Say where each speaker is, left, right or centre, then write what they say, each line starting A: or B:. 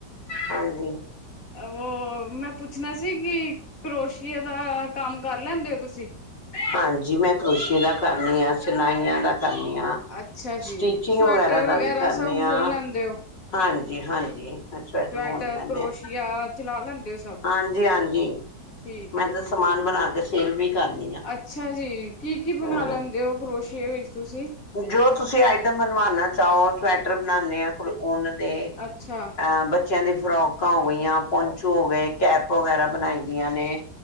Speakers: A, on the left; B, on the left.
A: ਹਾਂਜੀ
B: ਉਹ ਮੈਂ ਪੁੱਛਣਾ ਸੀ ਕਿ ਕਰੋਸ਼ੀਏ ਦਾ ਕੰਮ ਕਰ ਲੈਂਦੇ ਓ ਤੁਸੀਂ
A: ਹਾਂਜੀ ਮੈਂ ਕਰੋਸ਼ੀਏ ਦਾ ਕਰਨੀ ਆ, ਸਿਲਾਈਆਂ ਦਾ ਕਰਨੀ ਆ,
B: ਅੱਛਾ ਜੀ
A: ਸਟੀਚੀੰਗ
B: ਸਵੈਟਰ
A: ਵਗੈਰਾ ਦਾ ਵੀ ਕਰਨੀ
B: ਸਭ
A: ਆ,
B: ਬੁਣ ਲੈਂਦੇ ਹੋ
A: ਹਾਂਜੀ- ਹਾਂਜੀ
B: ਸਵੈਟਰ,
A: ਬੁਣ ਲੈਂਦੇ
B: ਕਰੋਸ਼ੀਆ
A: ਆ
B: ਚਲਾ ਲੈਂਦੇ ਸਭ ਹੋ
A: ਹਾਂਜੀ -ਹਾਂਜੀ
B: ਠੀਕ
A: ਮੈਂ
B: ਹੈ
A: ਤਾਂ
B: ਜੀ
A: ਸਮਾਨ
B: ਠੀਕ
A: ਬਣਾ ਕੇ ਸੇਲ ਵੀ ਕਰਦੀ ਆ,
B: ਅੱਛਾ ਜੀ ਕੀ -ਕੀ ਬਣਾ
A: ਹੂੰ
B: ਲੈਂਦੇ ਹੋ ਕਰੋਸ਼ੀਏ ਵਿੱਚ ਤੁਸੀਂ
A: ਜੋ ਤੁਸੀਂ ਆਈਟਮ ਬਣਵਾਣਾ ਚਾਹੋ ਸਵੈਟਰ ਬਣਾਨੇ ਆ, ਉਹਨਾਂ ਦੇ ਅਹ
B: ਅੱਛਾ
A: ਬੱ ਬੱਚਿਆਂ ਦੀ ਫਰੋਕਾਂ ਹੋ ਗਈਆਂ, ਪੋਂਚੂ ਹੋ ਗਏ, ਕੈਪ ਵਗੈਰਾ ਬਣਾਈ ਦੀਆਂ ਨੇ,